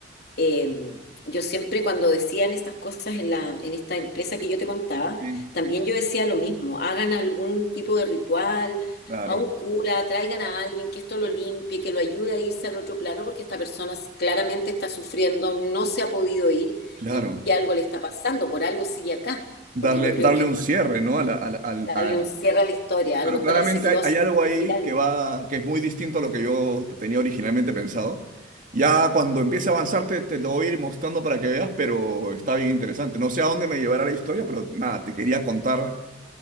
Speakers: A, on the left; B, on the right.
A: eh, yo siempre cuando decían estas cosas en la, en esta empresa que yo te contaba,
B: sí,
A: también yo decía lo mismo, hagan algún tipo de ritual,
B: claro,
A: a un cura, traigan a alguien que esto lo limpie, que lo ayude a irse al otro plano, porque esta persona claramente está sufriendo, no se ha podido ir
B: claro.
A: y, y algo le está pasando, por algo sigue acá,
B: Darle,
A: porque yo creo
B: darle
A: que
B: un
A: cuando
B: cierre, ¿no? A la- a al-
A: darle
B: a-
A: un cierre a la historia, a
B: Pero
A: lo mejor
B: claramente
A: él se quedó
B: hay, hay
A: sin
B: algo ahí
A: decir algo.
B: que va, que es muy distinto a lo que yo tenía originalmente pensado. Ya cuando empiece a avanzar te, te lo voy a ir mostrando para que veas, pero está bien interesante. No sé a dónde me llevará la historia, pero nada, te quería contar